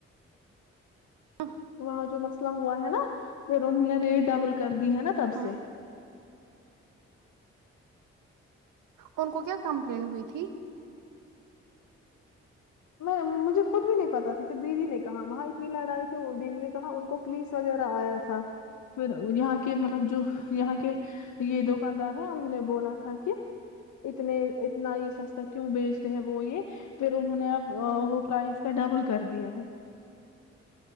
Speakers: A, on the right; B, on the left.
A: آہ
B: وہاں جو مسئلہ ہوا ہے نا پھر انہوں نے ریٹ ڈبل کر دی ہے نا تب
A: ہاں
B: سے
A: ان کو کیا کمپلین ہوئی تھی
B: میں مجھے خود بھی نہیں پتا تھی پھر دیدی نے کہا وہاں اتنی لڑائی کیوں ہوگئی دیدی نے کہا ان کو پولیس وغیرہ آیا تھا پھر یہاں کے مطلب جو یہاں کے یہ دکاندار ہے اور انیں بولا تھا کہ اتنے اتنا یہ سستا کیوں بیچتے ہیں وہ یہ پھر انہوں نے اب ہاں وہ پرائز کا ڈبل کر دیا ہے